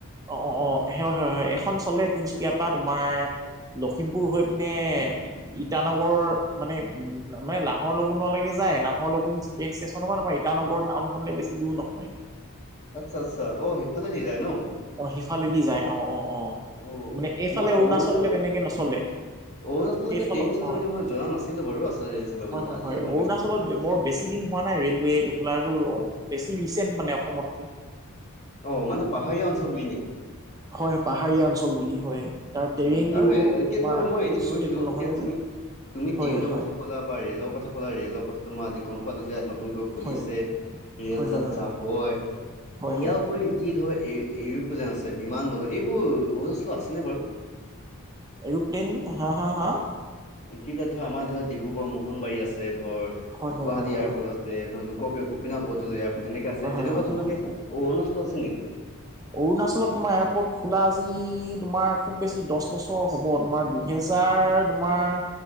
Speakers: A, on the right; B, on the left.
A: অ', অ', অ', হয় হয় এখন চলে তিনিচুকীয়াৰ পৰা তোমাৰ লখিমপুৰ হৈ পিনে ই-ইটানগৰ মানে মানে নাহৰ লগুনলৈকে যায় নাহৰ লগুন ট্ৰেইন ষ্টেচনৰ পৰা তোমাৰ ইটানগৰ টাউন খনলে বেছি দূৰ নহয়।
B: আচ্ছা আচ্ছা অ' সেইফালেদি যায় ন'।
A: অ' সিফালেদি যায় অ', অ', অ',
B: অ'
A: মানে এইফালে
B: মই
A: অৰুণাচললে
B: অৰুণাচলত
A: তেনেকে নচলে।
B: অৰুণাচললৈকে
A: এইফালৰ
B: ট্ৰেইন চলে
A: অ
B: বুলি মই জনা নাছিলোঁ বাৰু আচলতে ৰেল চলে
A: হয়
B: বুলি
A: হয়
B: আজিহে
A: হয়
B: গম
A: অৰুণাচলত
B: পাইছোঁ।
A: বৰ বেছি দিন হোৱা নাই ৰেলৱে এইটো খোলাটো বেছি ৰিচেণ্ট মানে অসমতকে।
B: অ' মানে পাহাৰীয়া অঞ্চল বুলি নেকি?
A: হয় পাহাৰীয়া অঞ্চল বুলি হয়। তাৰ ট্ৰেইনটো
B: উম, আৰু এ-এতিয়া
A: তোমাৰ
B: ধৰ মই এনে
A: চুটেবল
B: ধৰি দিছোঁ এতিয়া
A: নহয়
B: তুমি
A: যে
B: তুমি
A: হয়
B: ট্ৰেইনৰ
A: হয়
B: কথা ক'লা বা ৰেলৰ কথা ক'লা ৰেল কথাটো মই আজি গম পালোঁ যে নতুনকৈ খুলিছে
A: হয়
B: ৰেল
A: হয়
B: যাত্ৰা
A: হয়
B: হয়।
A: হয়
B: ইয়াৰ
A: হয়
B: উপৰি যি ধৰ এ-এৰোপ্লেন আছে বিমান বন্দৰ এইবোৰ অৰুণাচলত আছেনে বাৰু?
A: এৰোপ্লেন হা হা হা?
B: যিবিলাক ধৰ আমাৰ ধৰ ডিব্ৰুগড় মোহনবাৰী আছে ধৰ,
A: হয় হয়
B: গুৱাহাটী
A: হয় হয়
B: এয়াৰপৰ্ট
A: হয়
B: আছ <unintelligible> ধৰ লোকপ্ৰিয় গোপীনাথ বৰদলৈ এয়াৰপৰ্ট যেনেকে আছে
A: হয়
B: তেনেকুৱা
A: হয় হয় হয়
B: ধৰণৰ
A: হয়
B: কে
A: হয়
B: অৰুণাচলত আছে নেকি?
A: অৰুণাচলত তোমাৰ এয়াৰপৰ্ট খোলা আজি তোমাৰ খুব বেছি দহ বছৰ হ'ব তোমাৰ দু দুহেজাৰ তোমাৰ